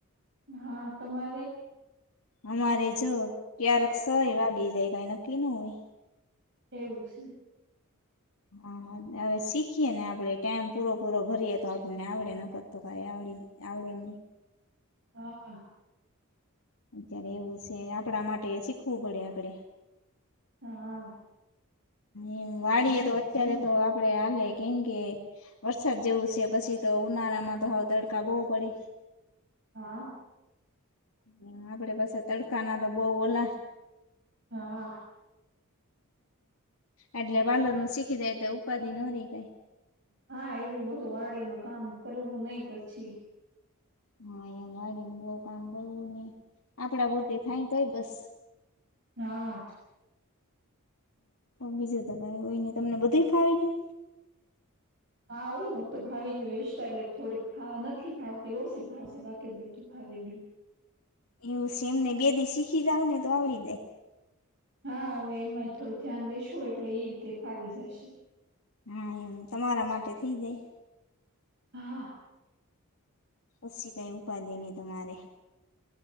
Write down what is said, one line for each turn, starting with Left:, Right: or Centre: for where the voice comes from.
Right: હા તમારે.
Left: અમારે જો ક્યારેક છ એ વાગી જાય કઈ નક્કી ન હોય.
Right: એવું છે.
Left: હા હવે શીખીએ ને આપડે ટાઈમ પૂરો-પૂરો ભરીએ તો આપણને આવડે નકત તો કઈ આવડી આવડ ડે નઈ.
Right: હા-હા.
Left: અત્યારે એવું છે આપણા માટે શીખવું પડે આપડે.
Right: હા.
Left: એ વાળીએ તો અત્યારે તો આપડે હાલે કેમ કે વરસાદ જેવું છે પછી તો ઉનાળામાં તો હવ તડકા બોવ પડે.
Right: હા.
Left: હ આપડે પાસે તડકા ના તો બઉ ઓલા
Right: હા.
Left: એટલે પાર્લરનું શીખી જાય તો ઉપાધિ ન રે કઈ
Right: હા એટલું બધું વાડી નું કામ કરવું નહી પછી
Left: હા એ વાડીનું બવ કામ કરવું નહી આપડા પૂરતી થાય તોય બસ
Right: હા.
Left: બીજું તો કંઈ હોયને તમને બધું જ ફાવી ગયું? <inaudible>
Right: હા હ બધું ભાવી ગયું હેર સ્ટાઇલ એ થોડીક નથી ફાવતી ઓછી ફાવશે બાકી જ બધું ભાવી ગયું
Left: એવું છે એમને બે દી શીખી જાવ ને તો આવડી જાય.
Right: હા હવે એમાં થોડુંક ધ્યાન દેશો એટલે એ રીતે ફાવી જશે.
Left: હા એમ તમારા માટે થઇ જાય.
Right: હા હા
Left: પછી કઈ ઉપાધે નહી તમારે